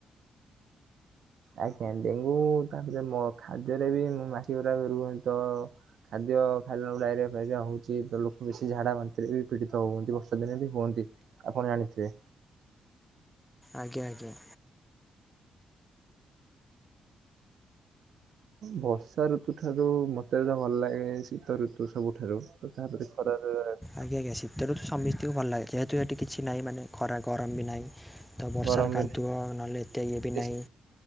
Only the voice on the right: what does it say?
ଆଜ୍ଞା ଡେଙ୍ଗୁ ତାପରେ ମ ଖାଦ୍ୟରେ ବି ମାଛି ଗୁଡାକ ରୁହନ୍ତି ତ। ଖାଦ୍ୟ ଖାଇଲେ ଲୋକ ଡାଇରିଆ ଫାଇରିଆ ହେଉଛି ତ ଲୋକ ବେଶୀ ଝାଡ଼ା ବାନ୍ତିରେ ବି ପୀଡ଼ିତ ହୁଅନ୍ତି ବର୍ଷଦିନେ ବି ହୁଅନ୍ତି। ଆପଣ ଜାଣିଥିବେ।
ବର୍ଷା ଋତୁ ଠାରୁ ମତେ ବି ତ ଭଲ ଲାଗେ ଶି ଶିତ ଋତୁ ସବୁଠାରୁ ତ ତାପରେ ଖରାଦିନରାତି।
ଗରମ
ଦିନ
ବେଶ୍